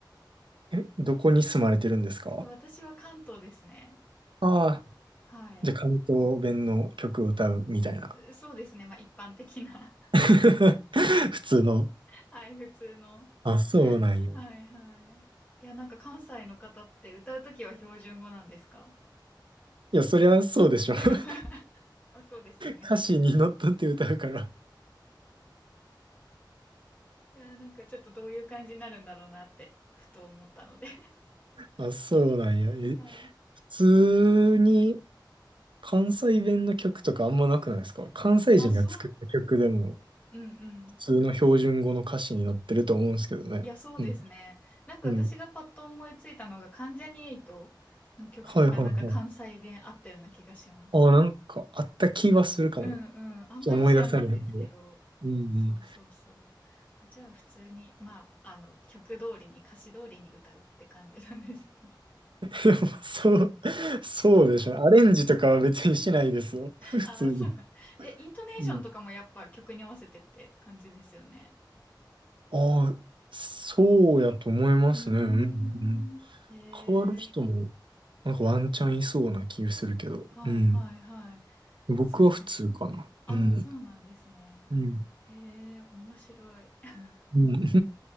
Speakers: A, on the right (about 85°); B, on the left (about 20°).
A: え、どこに住まれてるんですか
B: 私は関東ですね。
A: ああー、
B: はい。
A: じゃあ関東弁の曲を歌うみたいな。
B: そうですね。まあ一般的な
A: <laughs> 普通の。
B: <laughs> はい、普通の。
A: あ、そうなんよ。
B: はいはい。いや、なんか関西の方って歌うときは標準語なんですか
A: いや、そりゃそうでしょ。
B: <laughs>
A: <laughs>
B: まあそうですよね。
A: 歌詞に乗っ取って歌うから。
B: いや、なんかちょっとどういう感じになるんだろうなって、ふと思ったので
A: あ、そうなんや。え、
B: <laughs> はい。
A: 普通に関西弁の曲とかあんまなくないですか関西人が作った曲でも
B: まあそう、うんうん。
A: 普通の標準語の歌詞に乗ってると思うんですけどね。
B: いや、そうですね。
A: うん。
B: なんか私がパッと思いついたのが、
A: うん。
B: 関ジャニエイトの曲とかなんか関西弁あったような気がします。
A: はいはいはい。あ、なんかあった気はするかも。
B: うんうん。あんまり知らないんですけど。
A: 思い出されへんけど。うんうん
B: そうそうそう。あ、じゃあ普通に、まあ、あの、曲通りに、歌詞通りに歌うって感じなんですね。
A: でもそう、そうでしょ。アレンジとかは別にしないですよ。
B: <laughs>
A: 普通に。
B: ああ、そう。え、イントネーションとかもやっぱ曲に合わせてって感じですよね。
A: うん。ああ、そうやと思いますね。
B: うーん。
A: うんうん。
B: へえ。
A: 変わる人も、なんかワンチャンいそうな気がするけど。
B: はいはいはい。
A: うん。僕は普通かな。
B: そうね。ああ、
A: うん。
B: そうなんですね。
A: うん。
B: へえ、面白い。<laughs>
A: うん。